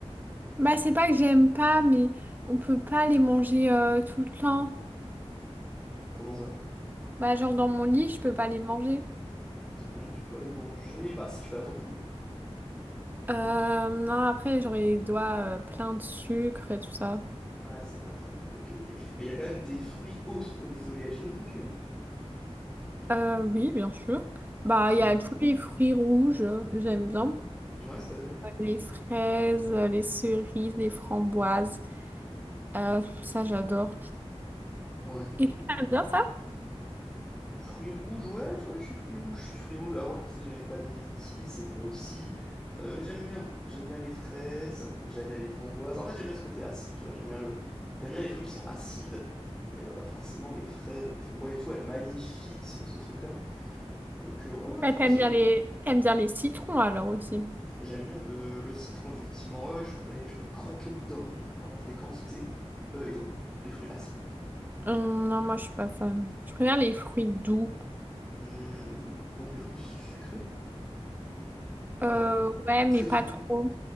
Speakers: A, on the right; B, in the centre.
A: Bah, c'est pas que j'aime pas, mais on peut pas les manger euh, tout le temps.
B: Comment ça?
A: Bah, genre dans mon lit, je peux pas les manger.
B: Dans ton lit, tu peux pas les manger. Bah, si tu fais attention.
A: Euh, non, après, j'aurais les doigts euh, pleins de sucre et tout ça.
B: Ouais, c'est vrai, c'est vrai. Ok, ok. Mais il y a quand même des fruits autres que les oléagineux que tu aimes.
A: Euh, oui, bien sûr. Bah,
B: Dis-moi.
A: il y a tous les fruits rouges euh, que j'aime bien.
B: Ouais, c'est-à-dire?
A: Les fraises, euh, les cerises, les framboises. Euh, ça, j'adore.
B: Ouais, ouais,
A: Et tu
B: ouais.
A: aimes bien ça?
B: Fruits rouges, ouais, je- ouais, je suis fruits rouges, je suis fruits rouges. Avant, je disais que j'aimais pas les myrtilles, c'est vrai aussi. Euh, mais j'aime bien. J'aime bien les fraises, j'aime bien les framboises. En fait, j'aime bien ce côté acide, tu vois. J'aime bien le... j'aime bien les fruits qui sont acides. Et euh, bah forcément, les fraises, les framboises et tout, elles magnifient ce, ce truc-là. Donc, euh, ouais, ouais, je
A: Ouais,
B: trouve
A: t'aimes
B: ça.
A: bien les... t'aimes bien les citrons alors aussi.
B: J'aime bien le, le citron, effectivement. Ouais, ouais, je pourrais, je pourrais croquer dedans. Alors, on mange des quantités. Euh, et toi, les fruits acides?
A: Hum, non, moi je suis pas fan. Je préfère les fruits doux.
B: Hum, donc, les fruits sucrés?
A: Euh,
B: Enfin,
A: ouais, mais
B: très
A: pas
B: sucrés.
A: trop.